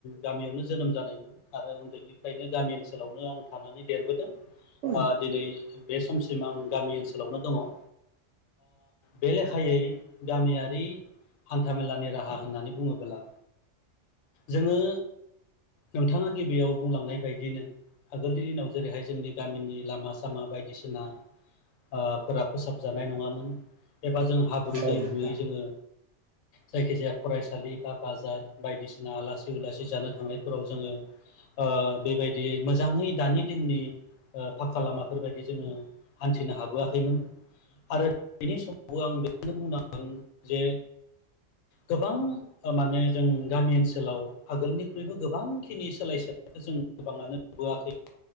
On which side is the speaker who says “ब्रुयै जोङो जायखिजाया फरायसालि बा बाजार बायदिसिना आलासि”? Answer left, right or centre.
Left